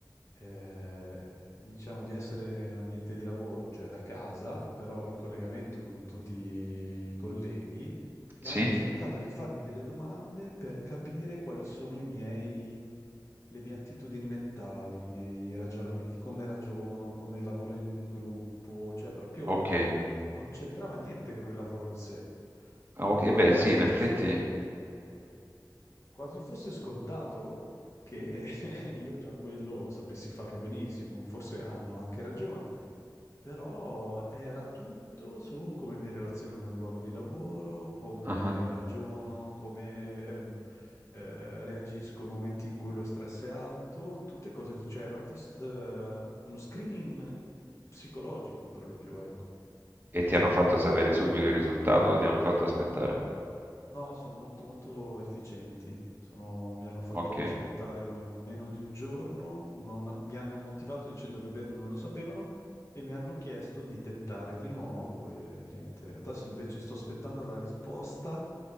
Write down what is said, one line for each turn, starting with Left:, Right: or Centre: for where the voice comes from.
Left: eh, diciamo di essere in ambiente di lavoro, cioè da casa, però in collegamento con tutti i colleghi, e
Right: sì?
Left: hanno cercato di farmi delle domande per capire quali sono i miei, le mie attitudini mentali, i miei ragionamenti, come ragiono, come lavoro in, in gruppo, cioè proprio
Right: Ok.
Left: non c'entrava niente con il lavoro in sé.
Right: Ah, Ok,
Left: Qua-
Right: beh,
Left: quasi
Right: sì, in
Left: fosse,
Right: effetti.
Left: sc- quasi fosse scontato, che eh, <laughs> io già quello sapessi farlo benissimo, forse hanno anche ragione, però era tutto su come mi relaziono nel luogo di lavoro, come
Right: Ah.
Left: ragiono, come ehm, eh, reagisco nei momenti in cui lo stress è alto, tutte cose così, cioè era un test, eh, uno screening psicologico per lo più, ecco.
Right: E ti hanno fatto sapere subito il risultato o ti hanno fatto aspettare?
Left: No, sono molto molto efficienti. Sono- mi hanno fatto
Right: Ok,
Left: aspettare eh, meno di un giorno, non- mi hanno motivato dicendo che bene non lo sapevano e mi hanno chiesto di tentare di nuovo e niente. Adesso invece sto aspettando la risposta